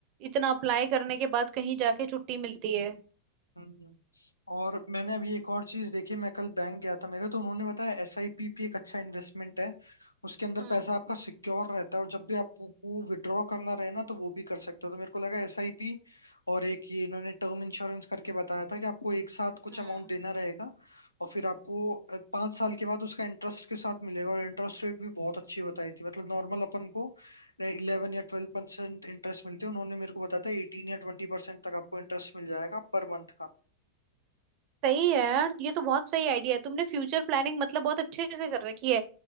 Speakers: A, on the right; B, on the left.
A: इतना अप्लाई करने के बाद कहीं जाके छुट्टी मिलती है
B: हम्म और मैंने अभी एक और चीज देखी मैं कल बैंक गया था मेरे तो उन्होंने बताया एस आई पी भी एक अच्छा इन्वेस्टमेंट है उसके अंदर
A: हम्म
B: पैसा आपका सिक्योर रहता है और जब भी आपको विड्रॉ करना रहे ना तो वो भी कर सकते हो तो मेरे को लगा एस आई पी और एक ये इन्होंने टर्म इंश्योरेंस करके बताया था कि आपको एक साथ कुछ
A: हम्म
B: अमाउंट देना रहेगा और फिर आपको अ, पाँच साल के बाद उसका इंटरेस्ट के साथ मिलेगा और इंटरेस्ट रेट भी बहुत अच्छी बताई थी मतलब नॉर्मल अपन को इलेवन या ट्वेल्व परसेंट इंटरेस्ट मिलते हैं उन्होंने मेरे को बताया था एटीन या ट्वेंटी परसेंट तक आपको इंटरेस्ट मिल जाएगा पर मंथ
A: सही है यार ये तो बहुत सही आइडिया है तुमने फ्यूचर प्लानिंग मतलब बहुत अच्छे से कर रखी है